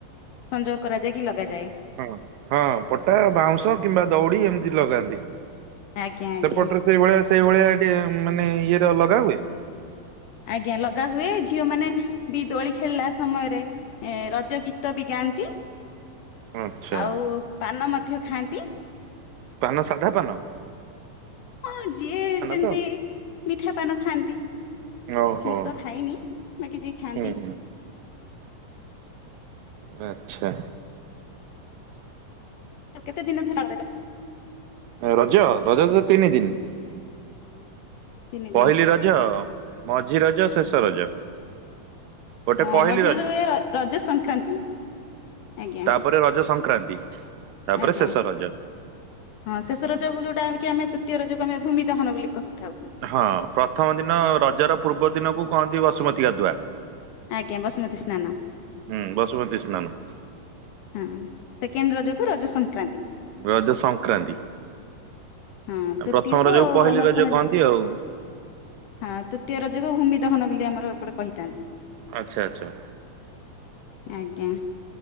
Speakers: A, on the left; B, on the right.
A: ସଂଯୋଗ କରାଯାଇକି ଲଗାଯାଏ।
B: ହଁ ହଁ ହଁ ପଟା, ବାଉଁଶ, କିମ୍ବା ଦୋଉଡି ଏମତି ଲଗାନ୍ତି।
A: ଆଜ୍ଞା ଆଜ୍ଞା
B: ସେପଟରେ ସେଇଭଳିଆ ସେଇଭଳିଆ ଟିଏ ମାନେ ଇଏଟା ଲଗା ହୁଏ?
A: ଆଜ୍ଞା ଲଗାହୁଏ ଝିଅମାନେ ବି ଦୋଳି ଖେଳିଲା ସମୟରେ ଏ ରଜ ଗୀତ ବି ଗାଆନ୍ତି
B: ଆଚ୍ଛା
A: ଆଉ ପାନ ମଧ୍ୟ ଖାଆନ୍ତି।
B: ପାନ ସାଧାପାନ?
A: ହଁ ଯିଏ ଯେମତି
B: ତ
A: ମିଠାପାନ ଖାଆନ୍ତି।
B: ଓହୋ।
A: ମୁଁ ତ ଖାଇନି ବାକି ଯିଏ ଖାଆନ୍ତି।
B: ହୁଁ ହୁଁ। ଆଚ୍ଛା।
A: ଆଉ କେତେ ଦିନ ଧରି କରାଯାଏ?
B: ଓ ରଜ ରଜ ତ ତିନି ଦିନ।
A: ତିନି ଦିନ
B: ପହିଲି ରଜ, ମଝି ରଜ, ଶେଷ ରଜ। ଗୋଟେ
A: ଅଁ
B: ପହିଲି
A: ମଝି ରଜ ଏ ର ରଜ ସଂକ୍ରାନ୍ତି ଆଜ୍ଞା।
B: ପରେ ରଜ ସଂକ୍ରାନ୍ତି ତାପରେ
A: ଆଜ୍ଞା
B: ଶେଷ ରଜ।
A: ହଁ ଶେଷ ରଜକୁ ଯୋଉଟା କି ଆମେ ତୃତୀୟ ରଜକୁ ଆମେ ଭୂମି ଦହନ ବୋଲି କହିଥାଉ।
B: ହଁ ପ୍ରଥମ ଦିନ ରଜର ପୂର୍ବ ଦିନକୁ କହନ୍ତି ବସୁମତୀ ଗାଧୁଆ।
A: ଆଜ୍ଞା ବସୁମତି ସ୍ନାନ।
B: ହୁଁ ବସୁମତୀ ସ୍ନାନ।
A: ହଁ ସେକେଣ୍ଡ୍ ରଜକୁ ରଜ ସଂକ୍ରାନ୍ତି।
B: ରଜ ସଂକ୍ରାନ୍ତି
A: ହଁ
B: ଆଉ
A: ତୃତୀୟକୁ
B: ପ୍ରଥମ ରଜକୁ
A: ଆଉ
B: ପହିଲି
A: ଆମର
B: ରଜ
A: କୁହା
B: କହନ୍ତି ଆଉ।
A: ହଁ ତୃତୀୟ ରଜକୁ ଭୂମି ଦହନ ବୋଲି ଆମର ଏପଟେ କହିଥାନ୍ତି।
B: ଆଚ୍ଛା ଆଚ୍ଛା
A: ଆଜ୍ଞା